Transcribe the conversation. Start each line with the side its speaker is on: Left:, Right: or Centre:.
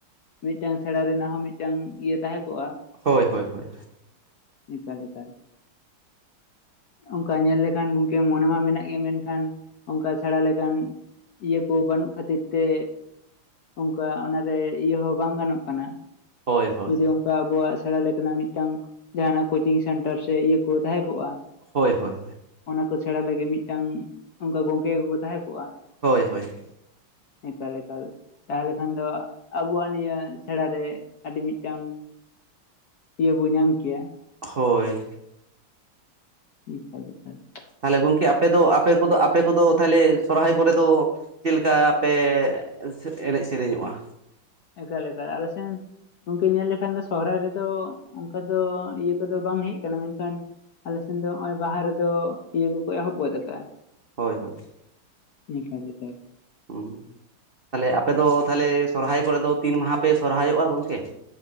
Left: ᱢᱤᱜᱴᱮᱝ ᱥᱮᱬᱟ ᱨᱮᱱᱟᱜ ᱦᱚᱸ ᱢᱤᱫᱴᱟᱝ ᱤᱭᱟᱹ ᱛᱟᱦᱮᱸ ᱠᱚᱜ-ᱟ᱾
Right: ᱦᱳᱭ ᱦᱳᱭ ᱦᱳᱭ᱾
Left: ᱮᱠᱟᱞ ᱮᱠᱟᱞ ᱚᱱᱠᱟ ᱧᱮᱞ ᱞᱮᱠᱷᱟᱱ ᱜᱚᱝᱠᱮ ᱢᱚᱱᱮ ᱢᱟ ᱢᱮᱱᱟᱜ ᱜᱮᱭᱟ ᱢᱮᱱᱠᱷᱟᱱ ᱚᱱᱠᱟ ᱥᱮᱬᱟᱸ ᱞᱮᱠᱟᱱ, ᱤᱭᱟᱹ ᱠᱚ ᱵᱟᱹᱱᱩᱜ ᱠᱷᱟᱹᱛᱤᱨ ᱛᱮ ᱚᱱᱠᱟ ᱚᱱᱟᱨᱮ ᱤᱭᱟᱹ ᱦᱚᱸ ᱵᱟᱝ ᱜᱟᱱᱚᱜ ᱠᱟᱱᱟ
Right: ᱦᱳᱭ ᱦᱳᱭ
Left: ᱡᱩᱫᱤ ᱟᱵᱚᱣᱟᱜ ᱥᱮᱬᱟᱸ ᱞᱮᱠᱟᱱᱟᱜ ᱢᱤᱫᱴᱟᱝ ᱡᱟᱦᱱᱟᱜ ᱠᱳᱪᱤᱝ ᱥᱮᱱᱴᱟᱨ ᱥᱮ ᱤᱭᱟᱹ ᱠᱚ ᱛᱟᱦᱮᱸ ᱠᱚᱜ-ᱟ᱾
Right: ᱦᱳᱭ ᱦᱳᱭ,
Left: ᱠᱚ ᱥᱮᱬᱟ ᱞᱟᱹᱜᱤᱫ ᱢᱤᱫᱴᱟᱝ ᱚᱱᱠᱟ ᱜᱚᱝᱠᱮ ᱠᱚᱠᱚ ᱛᱟᱦᱮᱸ ᱠᱚᱜ-ᱟ᱾
Right: ᱦᱳᱭ ᱦᱳᱭ ᱾
Left: ᱮᱸᱠᱟᱞ ᱮᱠᱟᱞ ᱾ ᱛᱟᱦᱚᱞᱮ ᱠᱷᱟᱱ ᱫᱚ ᱟᱵᱚᱣᱟᱜ ᱱᱤᱭᱟᱹ ᱥᱮᱬᱟ ᱨᱮ ᱟᱰᱤ ᱢᱤᱫᱴᱟᱝ ᱤᱭᱟᱹ ᱵᱚ ᱧᱟᱢ ᱠᱮᱭᱟ ᱾
Right: ᱦᱳᱭ ᱾
Left: ᱮᱠᱟᱞ ᱮᱠᱟᱞ ᱾
Right: ᱛᱟᱦᱚᱞᱮ ᱜᱚᱝᱠᱮ ᱟᱯᱮ ᱫᱚ ᱟᱯᱮ ᱠᱚᱫᱚ ᱟᱯ ᱯᱮ ᱠᱚᱫᱚ ᱛᱟᱦᱚᱞᱮ ᱥᱚᱨᱦᱟᱭ ᱠᱚᱨᱮ ᱫᱚ ᱪᱮᱜ ᱞᱮᱠᱟ ᱯᱮ ᱮ ᱮᱱᱮᱡ ᱥᱮᱨᱮᱧᱚᱜ-ᱟ?
Left: ᱮᱠᱟᱞ ᱮᱠᱟᱞ ᱟᱞᱮ ᱥᱮᱱ ᱜᱚᱝᱠᱮ ᱧᱮᱞ ᱞᱮᱠᱷᱟᱱ ᱫᱚ ᱥᱚᱦᱨᱟᱭ ᱨᱮᱫᱚ ᱚᱱᱠᱟ ᱫᱚ ᱤᱭᱟᱹ ᱠᱚᱫᱚ ᱵᱟᱝ ᱦᱮᱡ ᱠᱟᱱᱟ, ᱢᱮᱱᱠᱷᱟᱱ ᱟᱞᱮ ᱥᱮᱱ ᱫᱚ ᱱᱚᱸ-ᱚᱭ ᱵᱟᱦᱟ ᱨᱮᱫᱚ ᱤᱭᱟᱹ ᱠᱚᱠᱚ ᱮᱦᱚᱵ ᱜᱚᱫ ᱟᱠᱟᱜ-ᱟ᱾
Right: ᱦᱳᱭ ᱦᱳᱭ ᱾
Left: ᱮᱠᱟᱞ‌ ᱮᱠᱟᱞ ᱾
Right: ᱩᱸᱻ ᱛᱟᱦᱚᱞᱮ ᱟᱯᱮ ᱫᱚ ᱛᱟᱦᱚᱞᱮ ᱥᱚᱨᱦᱟᱭ ᱠᱚᱨᱮ ᱫᱚ ᱛᱤᱱ ᱢᱟᱦᱟᱸ ᱯᱮ ᱥᱚᱨᱦᱟᱭᱚᱜ-ᱟ ᱜᱚᱝᱠᱮ?